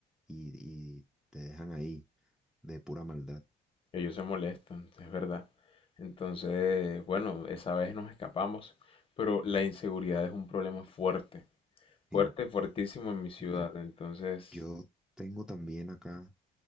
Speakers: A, in the centre; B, on the left.
A: y, y te dejan ahí de pura maldad.
B: Ellos se molestan, es verdad. Entonces, bueno, esa vez nos escapamos, pero la inseguridad es un problema fuerte, fuerte,
A: Sí.
B: fuertísimo en mi ciudad.
A: yo
B: Entonces,
A: Yo tengo también acá